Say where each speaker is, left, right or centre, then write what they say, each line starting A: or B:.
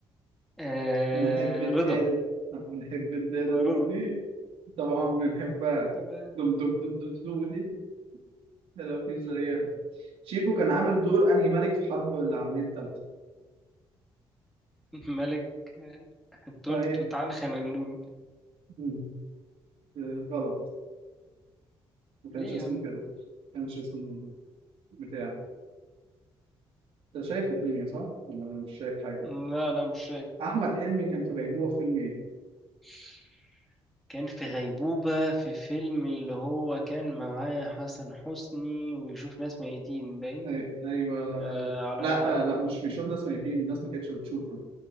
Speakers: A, in the centre; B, on the right (about 75°).
A: آه
B: بنحب الدادا
A: رضا
B: بنحب الدادا
A: اسمها رضا
B: دودي طبعا بنحبها
A: <laughs>
B: دم دم دم دم دودي ده لو في زيها شيكو كان عامل دور انهي ملك في حرب العالمية التالتة
A: ملك آه، توت
B: ايوه
A: توت عنخ ميمون
B: مم. آه، غلط ما كانش
A: ليه
B: اسمه
A: يا عم
B: كده ما كانش اسمه بتاع انت شايف الدنيا صح؟ ولا مش شايف حاجة؟
A: لا لا مش
B: أحمد حلمي كان في غيبوبة في فيلم إيه؟
A: شايف كان في غيبوبة في فيلم اللي هو كان معاه حسن حسني ويشوف ناس ميتين باين
B: أي- ايوه
A: آه على
B: لا
A: على
B: آه، لا مش بيشوف ناس ميتين الناس ما كانتش بتشوفه